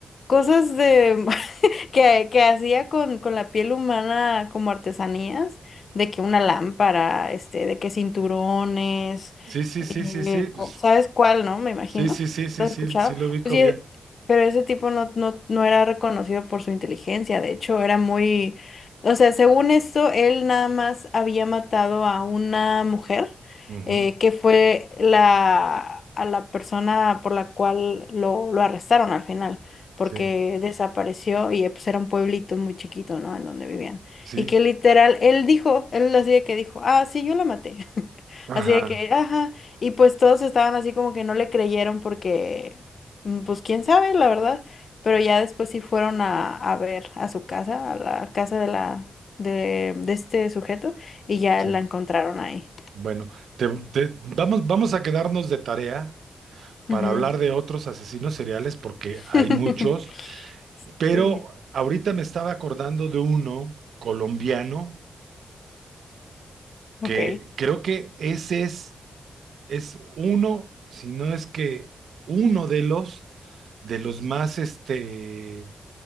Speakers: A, on the left; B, on the right.
A: cosas de <laughs> que, que hacía con, con la piel humana como artesanías, de que una lámpara, este, de que cinturones,
B: Sí, sí,
A: eh,
B: sí, sí, sí, pues,
A: co- ¿sabes cuál, no? Me imagino,
B: sí, sí, sí, sí,
A: lo he
B: sí,
A: escuchado.
B: sí lo ubico
A: Pues sí,
B: bien.
A: eh, pero ese tipo no, no, no era reconocido por su inteligencia, de hecho era muy, o sea, según esto, él nada más había matado a una mujer,
B: Ujú,
A: eh, que fue la, a la persona por la cual lo, lo arrestaron al final porque
B: sí,
A: desapareció y eh, pues era un pueblito muy chiquito, ¿no? En donde vivían.
B: sí,
A: Y que literal, él dijo, él así de que dijo, ah, sí, yo la maté. <laughs>
B: ajá,
A: Así de que, ajá. Y pues todos estaban así como que no le creyeron porque, mm, pues quién sabe, la verdad. Pero ya después sí fueron a, a ver a su casa, a la casa de la, de, de este sujeto, y ya
B: sí.
A: la encontraron ahí.
B: Bueno, te- te- vamos, vamos a quedarnos de tarea para
A: Ujú.
B: hablar de otros asesinos seriales porque hay
A: <laughs>
B: muchos, pero
A: Sí,
B: ahorita me estaba acordando de uno colombiano
A: ok.
B: que creo que ese es, es uno, si no es que uno de los, de los más, este,